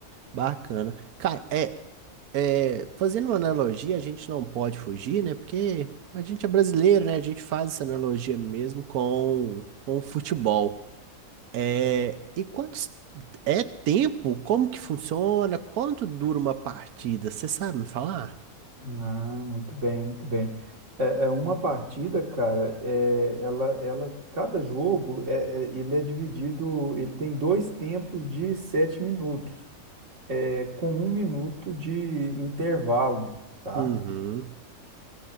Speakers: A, on the right; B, on the right.
A: Bacana. Cara, é, é, fazendo uma analogia, a gente não pode fugir, né? Porque a gente é brasileiro, né? A gente faz essa analogia mesmo com, com o futebol. É, e quantos é tempo? Como que funciona? Quanto dura uma partida? Você sabe me falar?
B: Ah, muito bem, muito bem. É, é uma partida, cara, é, ela, ela, cada jogo, é, é- ele é dividido, ele tem dois tempos de sete minutos, é, com um minuto de intervalo, tá?
A: Uhum,